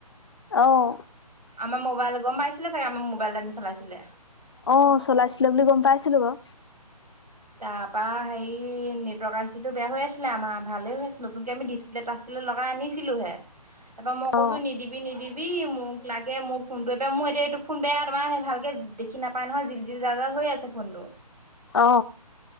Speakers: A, on the left (about 40°); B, on the right (about 75°).
A: আহ
B: আমাৰ মোবাইল গম পাইছিলে চাগে আমাক মোবাইল নি চলাইছিলে
A: অ চলাইছিলে বুলি গম পাইছিলো বাৰু
B: তাৰ পৰা হেৰি নেটৱৰ্ক আই চি টো বেয়া হৈ আছিলে আমাৰ ভালে হৈ আছিল নতুনকে আমি ডিচপ্লেত আছিলে- লগাই আনিছিলো হে তাৰ পৰা মই কৈছো
A: অ
B: নিদিবি নিদিবি মোক লাগে মোৰ ফোনটো এবাৰ মোৰ এতিয়া এই ফোন বেয়া তোমাৰ সেই ভালকে দেখি নাপায় নহয় জিল জিল জাল জাল হৈ আছে ফোনটো-
A: অ